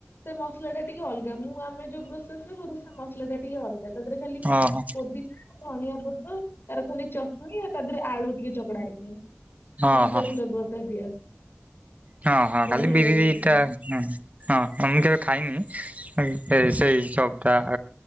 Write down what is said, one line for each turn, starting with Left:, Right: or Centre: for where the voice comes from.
Left: ସେ ମସଲା ଟା ଟିକେ ଅଲଗା ମୁଁ ଆମେ ଯୋଉ ପ୍ରୋସେସ ରେ ପୁରା କରୁ ସେ ମସଲା ଟା ଟିକେ ଅଲଗା। ତା ଦେହରେ ଖାଲି
Right: ଓହୋ
Left: ପୋଦିନା ଧଣିଆ ପତ୍ର ତାର ଖାଲି ଚଟଣି ତା ଦେହରେ ଆଳୁ। ଟିକେ ଚକଡ଼ା ହେଇଥିବ ଖାଲି
Right: ହଁ
Left: ସେ
Right: ହଁ
Left: ଫ୍ଲେବର ଟା ଦିଆ।
Right: ହଁ ହଁ
Left: ବଢିଆ
Right: ଖାଲି ବିରିଇଟା।
Left: ଲାଗେ ସେଟା।
Right: ହଁ ହଁ ମୁ ମୁଁ କେବେ ଖାଇନି ସେଇି ଚକଟା।